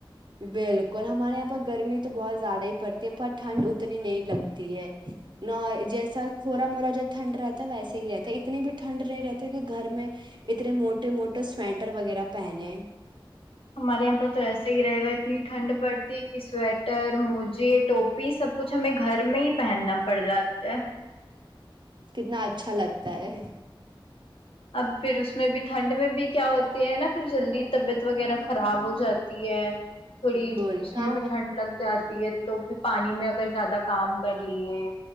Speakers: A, on the right; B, on the left.
A: بالکل ہمارے یہاں پر گرمی تو بہت زیادہ ہی پڑتی ہے پر ٹھنڈ اتنی نہیں لگتی ہے ن جیسا تھوڑا موٹا جب ٹھنڈ رہتا ہے ویسے ہی رہتا ہے اتنی بھی ٹھنڈ نہیں رہتی کہ گھر میں اتنے موٹے موٹے سویٹر وغیرہ پہنے
B: ہمارے یہاں پر تو ایسے ہی رہے گا اتنی ٹھنڈ پڑتی ہے کہ سویٹر ٹر موجے ٹوپی سب کچھ ہمیں گھر میں ہی پہننا پڑ جاتا ہے
A: کتنا اچھا لگتا ہے
B: اب پھر اس میں بھی ٹھنڈ میں بھی کیا ہوتی ہے نا پھر جلدی طبیعت وغیرہ خراب ہو جاتی ہے تھوڑی
A: بالکل
B: اس
A: کام
B: میں بھی
A: وقت
B: ٹھنڈ لگ جاتی تو پھر پانی میں اگر زیادہ کام کر لیے